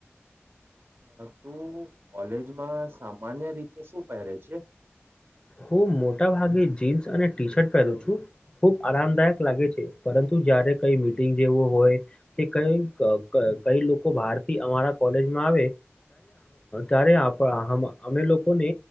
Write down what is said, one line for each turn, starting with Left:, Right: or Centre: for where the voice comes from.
Right: અ તું કોલેજમાં સામાન્ય રીતે શું પહેરે છે
Left: હું મોટા ભાગે જીન્સ અને ટી શર્ટ પહેરું છું ખુબ આરામદાયક લાગે છે પરંતુ જયારે કઈ મીટિંગ જેવું હોય કે કઈ કઈ લોકો બાર થી અમારા કોલેજમાં આવે ત્યારે અમે લોકોને